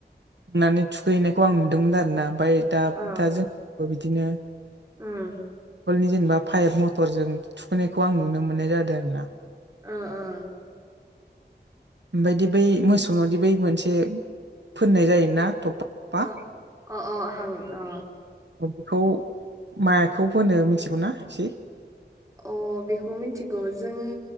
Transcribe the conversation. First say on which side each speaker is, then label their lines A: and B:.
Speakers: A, on the right; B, on the right.
A: नानै थुखैहैनायखौ आं नुदोंमोन आरोना ओमफाय दा
B: ओ
A: दा जों बिदिनो
B: उम
A: खलनि जेनेबा पाइप मथरजों थुखैनायखौ आं नुनो मोननाय जादों आरो ना
B: ओ ओ
A: ओमफायदि बै मोसौनावदि बै मोनसे फोननाय जायोना
B: ओ
A: थ'फा थ'फा
B: ओ अ अ हां अ
A: अ बिखौ माखौ होनो मिथिगौना इसे
B: अ बेखौ मिथिगौ जों